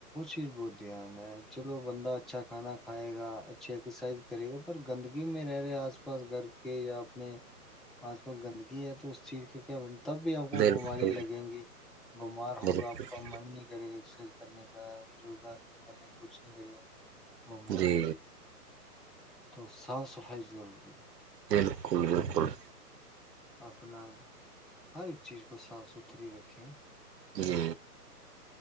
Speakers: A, in the centre; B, on the right.
A: <inaudible> دھیان ہے چلو بندہ اچھا کھانا کھائے گا سرسائز کرے گا پر گندگی میں میں رہے آس پس گھر کہ یا اپنے آس پاس گندگی ہے تو اس چیری تب بھی آپ کو
B: بالکل ہوں بالکل
A: بیماری لگیں گی بمار ہوگا
B: بالکل
A: آپ
B: ہوں
A: کا من نہیں کرے گا اس کرنے یگا ررن کرنے کچھ نہیں کر گ بیمار
B: جی
A: ہوگا تو صاف صفائی اٹھائی ضروری ہے
B: کل بالکل بالکل
A: اپنیں ہر ایک چیز کو صاف ستھری رکھ ہاں
B: جی